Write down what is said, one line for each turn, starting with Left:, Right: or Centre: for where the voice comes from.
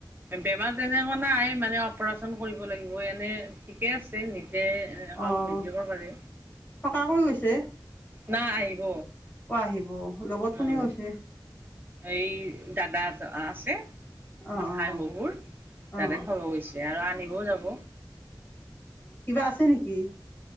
Right: বেমাৰ তেনেকুৱা নাই মানে অপাৰেচন কৰিব লাগিব, এনে ঠিকে আছে নি এ কাম
Left: অ',
Right: নিজে কৰিব পাৰে,
Left: থকাকৈ গৈছে
Right: না আহিব,
Left: অ', আহিব লগত কোনে
Right: উম
Left: গৈছে
Right: এই দাদা আছে
Left: অ', অ',
Right: খাই শহুৰ,
Left: অ',
Right: তাতে থব গৈছে, আৰু আ আনিব যাব
Left: অ কিবা আছে নেকি?